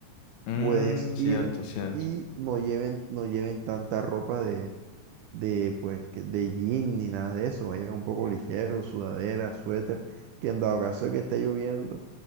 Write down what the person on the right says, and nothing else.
Puedes
ir
y no lleven, no lleven tanta ropa de pues que- de jean ni nada de eso, vayan un poco ligero, sudadera, suéter, que en dado caso de que esté lloviendo,